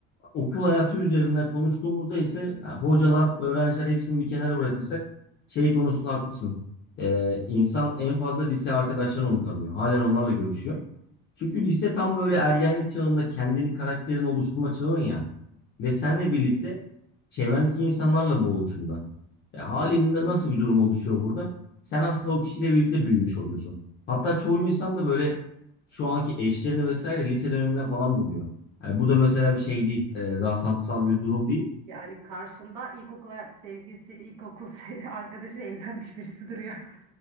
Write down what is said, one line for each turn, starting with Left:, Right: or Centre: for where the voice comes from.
Left: okul hayatı üzerinden konuştuğumuzda ise ha, hocalar, öğrenciler hepsini bir kenara bırakırsak şey konusunda haklısın. Ee, insan en fazla lise arkadaşlarını unutamıyor. Halen onlarla görüşüyor. Çünkü lise tam böyle ergenlik çağında kendini karakterini oluşturma çağın ya. Ve senle birlikte çevrendeki insanlarla bu oluşumda. E, haliyle nasıl bir durum oluşuyor burada? Sen aslında o kişiyle birlikte büyümüş oluyorsun. Hatta çoğu insan da böyle şu anki eşlerini vesaire lise döneminden falan buluyor. Yani bu da mesela bir şey değil. E, rastlantısal bir durum değil.
Right: Yani karşında ilkokula sevgilisi, ilkokul se- <laughs> arkadaşıyla evlenmiş birisi duruyor. <laughs>